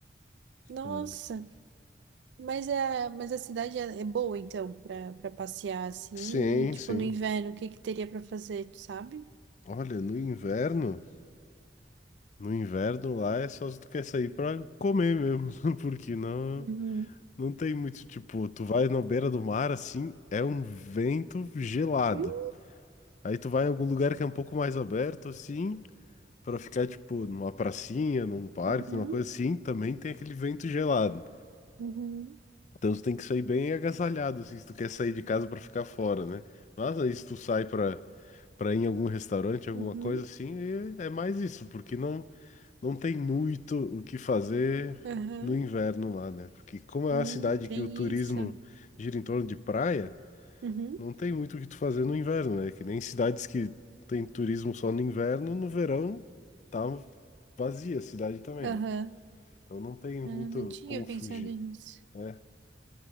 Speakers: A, on the right; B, on the left.
A: Nossa,
B: É.
A: mas a, mas a cidade é é boa, então, pra, pra passear assim,
B: Sim,
A: tipo
B: sim.
A: no inverno, o que que teria pra fazer, tu sabe?
B: Olha, no inverno, no inverno lá é só se tu quer sair pra comer mesmo, <laughs> porque não,
A: Uhum.
B: não tem muito, tipo, tu vai na beira do mar, assim, é um vento gelado.
A: Hum,
B: Aí tu vai em algum lugar que é um pouco mais aberto, assim, Pra ficar, tipo, numa pracinha, num parque,
A: Uhum,
B: numa coisa assim, também tem aquele vento gelado.
A: uhum,
B: Então tu tem que sair bem agasalhado, assim, se tu quer sair de casa pra ficar fora, né? Mas aí se tu sai pra, pra ir em algum restaurante, alguma
A: uhum,
B: coisa assim, é é mais isso, porque não, não tem muito o que fazer
A: aham,
B: no inverno lá, né? Porque como é
A: hum,
B: uma cidade
A: tem
B: que o turismo
A: isso.
B: gira em torno de praia,
A: Uhum.
B: não tem muito o que tu fazer no inverno, né? Que nem cidades que tem turismo só no inverno, no verão tá vazia a cidade também,
A: Aham.
B: né? Então não tem muito
A: Ah, não tinha
B: como fugir,
A: pensado nisso.
B: né?